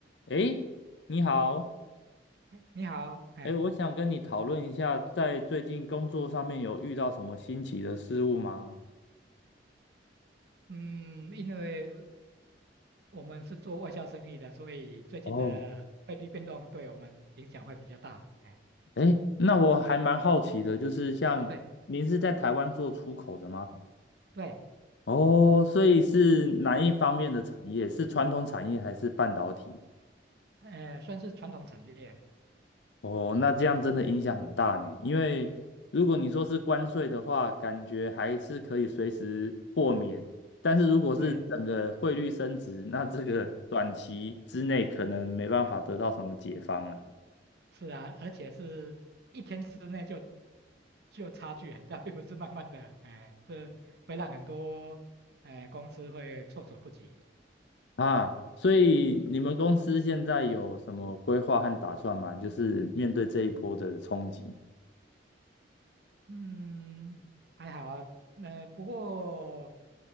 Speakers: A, on the left; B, on the right.
A: 诶，你好，
B: 哎你好，哎，
A: 诶，我想跟你讨论一下，在最近工作上面有遇到什么新奇的事物吗？
B: 嗯，因为我们是做外销生意的，所以最近的汇率变动对我们影响会比较大。
A: 哦，
B: 哎，
A: 诶，那我还蛮好奇的，就是像您是在台湾做出口的吗？
B: 对对，
A: 哦，所以是哪一方面的产业？是传统产业还是半导体？
B: 呃，算是传统产业，
A: 哦，那这样真的影响很大呢。因为如果你说是关税的话，
B: 哎，
A: 感觉还是可以随时豁免。但是如果是整个汇率升值，
B: 对，
A: 那这个 <laughs> 短期之内可能没办法得到什么解放了
B: 是啊，而且是一天之内就就差距很大，并不是慢慢的，哎，这会让很多哎公司会措手不及。
A: 啊。所以你们公司现在有什么规划和打算吗？
B: 嗯
A: 就是面对这一波的冲击。
B: 嗯，还好啊。那、不过，